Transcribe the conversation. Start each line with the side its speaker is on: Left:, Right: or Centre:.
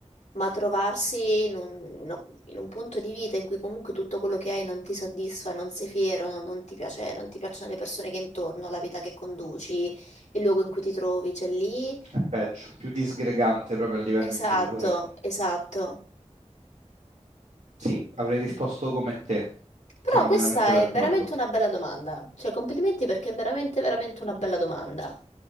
Left: ma trovarsi in un, in un- in un punto di vita in cui comunque tutto quello che hai non ti soddisfa, non sei fiero, non, non ti piace, non ti piacciono le persone che hai intorno, la vita che conduci, il luogo in cui ti trovi, c'è lì.
Right: è peggio, più disgregante proprio a livello
Left: Esatto,
Right: interiore.
Left: esatto.
Right: Sì, avrei risposto come te,
Left: Però
Right: sono
Left: questa
Right: pienamente d'accordo.
Left: è veramente una bella domanda. Cioè, complimenti perché è veramente, veramente una bella domanda.